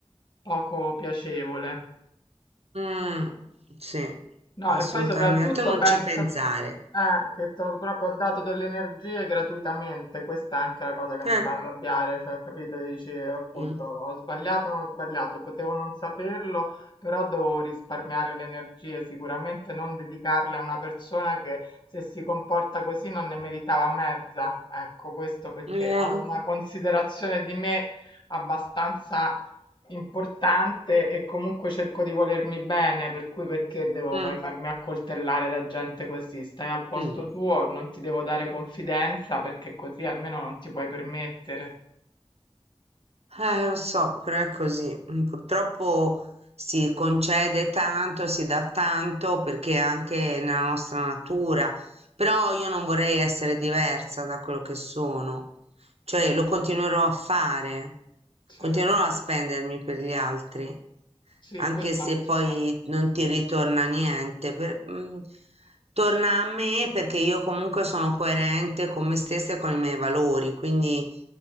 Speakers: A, on the left; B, on the right.
A: poco piacevole.
B: Mm, sì,
A: No,
B: assolutamente,
A: e poi soprattutto
B: tu non
A: penso
B: ci pensare.
A: eh, che ti ho proprio dato delle energie gratuitamente, questa è anche la cosa che mi
B: eh.
A: fa arrabbiare, cioè capito, dici eh, appunto
B: Mm,
A: ho sbagliato, non ho sbagliato, potevo non saperlo, però devo risparmiare le energie, sicuramente non dedicarle a una persona che se si comporta così non ne meritava mezza, ecco questo perché
B: eh,
A: ho una considerazione di me abbastanza importante e comunque cerco di volermi bene, per cui perché devo
B: mm,
A: poi farmi accoltellare da gente così? Stai al posto
B: mm.
A: tuo, non ti devo dare confidenza perché così almeno non ti puoi permettere.
B: Eh, lo so, però è così. Mm, Purtroppo si concede tanto, si dà tanto perché è anche nella nostra natura. Però io non vorrei essere diversa da quello che sono. Cioè lo continuerò a fare,
A: Sì,
B: continuerò a spendermi per gli altri,
A: sì,
B: anche
A: questo
B: se
A: anch'io.
B: poi non ti ritorna niente. per- mm, torna a me perché io comunque sono coerente con me stessa e con i miei valori, quindi